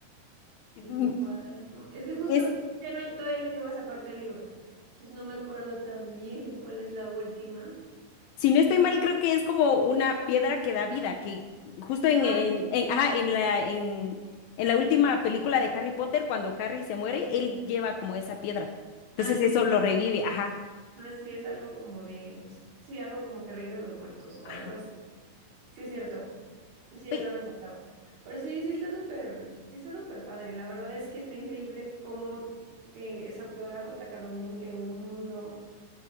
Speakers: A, on the left; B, on the right.
A: Mm,
B: Y el cuaderno. Es que justo
A: Es
B: ya no- todavía no llevo esa parte del libro. Entonces no me acuerdo tan bien cuál es la última.
A: Si no estoy mal, creo que es como una piedra que da vida, que justo en,
B: Ah,
A: en,
B: sí.
A: en- ajá, en la, en, en la última película de Harry Potter, cuando Harry se muere, él lleva como esa piedra. Entonces
B: Ah, sí,
A: eso
B: sí.
A: lo revive, ajá,
B: Ah, sí, es algo como de. Sí, algo como que río de los muertos o
A: ajá.
B: algo así. Sí, es cierto. Sí, esa
A: Oye,
B: me faltaba. Pero sí, sí está súper, sí está súper padre. La verdad es que está increíble cómo que esa autora J.K. Rowling creó un mundo,